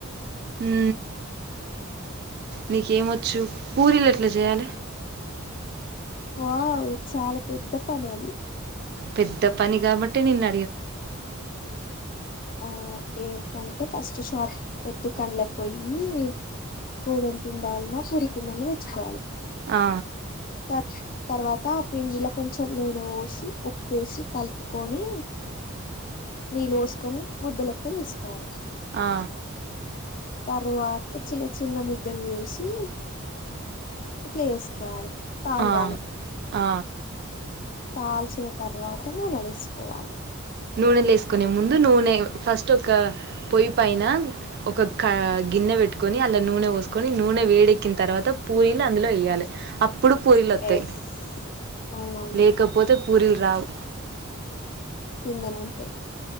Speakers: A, on the right; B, on the left.
A: ఊ నీకేమో చు పూరీలు ఎట్లా చేయాలి
B: వావ్ చాలా పెద్ద పనే అది
A: పెద్ద పని కాబట్టె నిన్న
B: ఆ ఏ తనకే ఫస్ట్ షాప్ ఉత్తుకొనాలకు పోయి గోధుమ పిండైనా పూరి పిండైనా తెచ్చుకోవాలి
A: ఆ
B: త తర్వాత ఆ పిండిలో కొంచెం నూనె వోషి ఉప్పేషి కలుపుకొని నీళ్ళు లోస్కుని ముద్దలెక్క జేసుకోవాలి
A: ఆ
B: తరువా త చిన్న చిన్న ముద్దలు జేసి ఇట్లా జేస్కోవాలె తాల్
A: ఆ
B: వాలె
A: ఆ
B: తాల్చిన తర్వాత నూనె ఏస్కోవాలి
A: నూనె లేేసుకునే ముందు నూనె ఫస్ట్ ఒక పొయ్యి పైన ఒక కా గిన్నె వెట్టుకొని ఆన్ల నూనె వోసుకొని నూనె వేడెక్కిన తర్వాత పూరీని అందులో ఏయాలె ఆప్పుడు పూరీలోతై
B: ఎస్ అవునవును
A: లేకపోతే పూరీలు రావు
B: కిందనుంటాయి